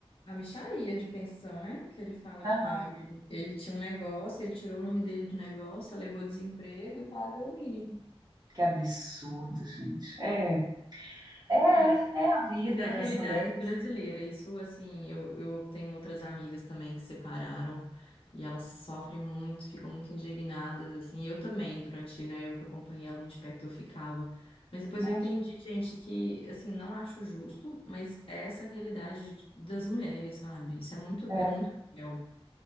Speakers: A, on the left (about 60°); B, on the right (about 40°).
A: A mixaria de pensão, né? Que ele fala
B: Aham.
A: que paga. Ele, ele tinha um negócio, ele tirou o nome dele do negócio, alegou desemprego e paga o mínimo.
B: Que absurdo, gente. É. É,
A: É.
B: é a vida
A: Mas é a
B: das
A: realidade
B: mulheres,
A: brasileira. Isso, assim, eu, eu tenho outras amigas também que separaram e elas sofrem muito, ficam muito indignadas, assim. Eu também, durante, né, eu que acompanhei ela muito de perto, eu ficava. Mas depois
B: né?
A: eu entendi, gente, que, assim, não acho justo, mas é essa a realidade de- das mulheres, sabe? Isso é muito,
B: É,
A: é muito cruel.